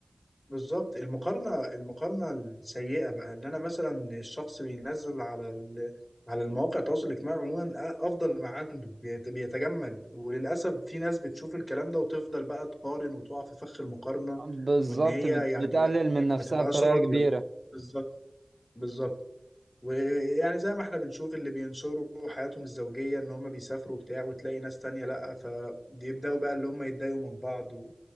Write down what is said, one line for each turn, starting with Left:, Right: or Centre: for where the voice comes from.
Left: بالظبط المقارنة المقارنة السيئة بقى ان انا مثلا الشخص بينزل على ال... على المواقع التواصل الاجتماعي عموما أ- افضل ما عنده بيت- بيتجمل وللاسف في ناس بتشوف الكلام ده وتفضل بقى تقارن وتقع في فخ المقارنة
Right: بالظبط
Left: وان هي
Right: بت-
Left: يعني
Right: بتقلل
Left: بقى
Right: من نفسها
Left: ما تبقاش
Right: بطريقة
Left: راضية
Right: كبيرة
Left: بقى. بالظبط بالظبط ويعني زي ما احنا بنشوف اللي بينشروا حياتهم الزوجية ان هم بيسافروا وبتاع وتلاقي ناس تانية لأ فبيبدأوا بقى اللي هم يتضايقوا من بعض و...